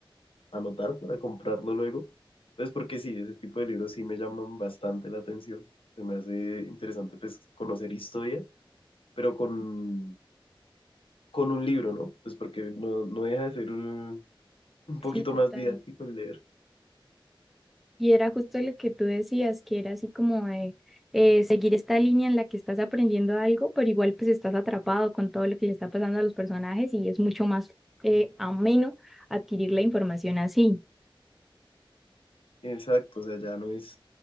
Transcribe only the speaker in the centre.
Sí,
total.
Y era justo lo que tú decías, que era así como de, eh, seguir esta línea en la que estás aprendiendo algo, pero igual pues estás atrapado con todo lo que le está pasando a los personajes y es mucho más eh, ameno adquirir la información así.